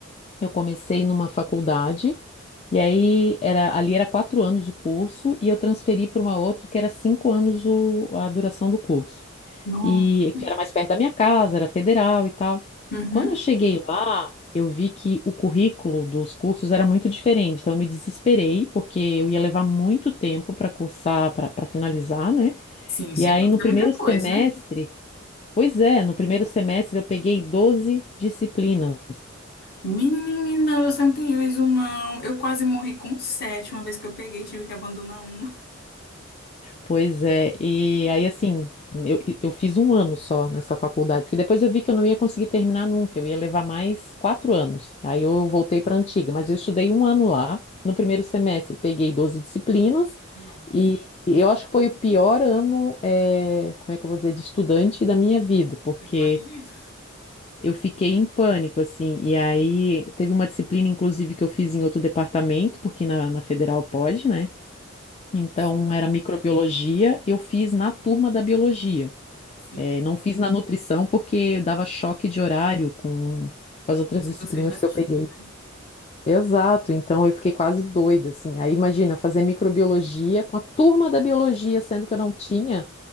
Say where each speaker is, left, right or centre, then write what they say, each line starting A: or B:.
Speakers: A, on the left; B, on the left.
A: Eu comecei numa faculdade, e aí era, ali era quatro anos o curso, e eu transferi para uma outra que era cinco anos o- a duração do curso.
B: Nossa.
A: E porque era mais perto da minha casa, era federal e tal.
B: Uhum.
A: Quando eu cheguei lá, eu vi que o currículo dos cursos era muito diferente, então eu me desesperei, porque eu ia levar muito tempo para cursar, para para finalizar, né?
B: Sim, cinco
A: E aí
B: anos
A: no
B: é
A: primeiro
B: muita coisa.
A: semestre, pois é, no primeiro semestre eu peguei 12 disciplinas.
B: Menina, você não tem juízo, não. Eu quase morri com sete uma vez que eu peguei, tive que abandonar uma.
A: Pois é, e aí assim, eu, eu fiz um ano só nessa faculdade, porque depois eu vi que eu não ia conseguir terminar nunca, eu ia levar mais quatro anos. Aí eu voltei para a antiga, mas eu estudei um ano lá, no primeiro semestre, peguei 12 disciplinas,
B: Nossa,
A: e eu acho que foi o pior ano, eh, como é que eu vou dizer, de estudante da minha vida, porque
B: eu imagino.
A: eu fiquei em pânico, assim, e aí teve uma disciplina, inclusive, que eu fiz em outro departamento, porque na, na federal pode, né? Então,
B: Sim,
A: era microbiologia, eu fiz na turma da biologia.
B: sim.
A: Eh, não fiz na nutrição porque dava choque de horário com, com as outras
B: Uns
A: disciplinas
B: que você já
A: que
B: tinha,
A: eu peguei.
B: né?
A: Exato, então eu fiquei quase doida, assim. Aí imagina fazer microbiologia com a turma da biologia, sendo que eu não tinha